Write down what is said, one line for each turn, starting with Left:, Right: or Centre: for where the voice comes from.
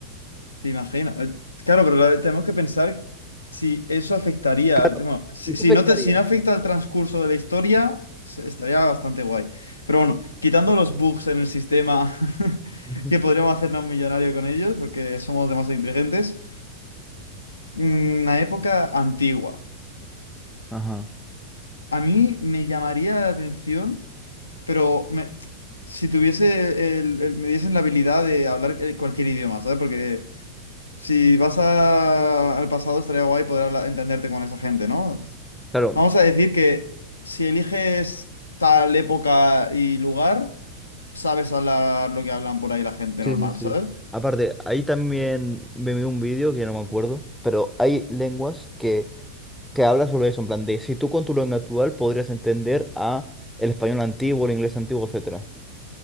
Left: te imaginas. eh, Claro, pero la- tenemos que pensar si eso afectaría
Centre: Claro,
Left: al tema. Si,
Centre: y eso
Left: si
Centre: afectaría.
Left: no te, si no afecta al transcurso de la historia, se- estaría bastante guay. Pero bueno, quitando los bugs en el sistema <laughs>
Centre: Ujú.
Left: que podríamos hacernos millonarios con ellos, porque somos demasiado inteligentes. Una época antigua.
Centre: Ajá.
Left: A mí me llamaría la atención, pero me- si tuviese el, el- me diesen la habilidad de hablar eh, cualquier idioma, ¿sabes? Porque si vas a- al pasado estaría guay poder hablar- entenderte con esa gente, ¿no?
Centre: Claro,
Left: Vamos a decir que si eliges tal época y lugar, sabes hablar lo que hablan por ahí la gente
Centre: Sí,
Left: normal,
Centre: sí, sí.
Left: ¿sabes?
Centre: Aparte, ahí también me vi un vídeo que no me acuerdo, pero hay lenguas que, que hablan sobre eso, en plan de si tú con tu lengua actual podrías entender a el español antiguo, el inglés antiguo, etcétera.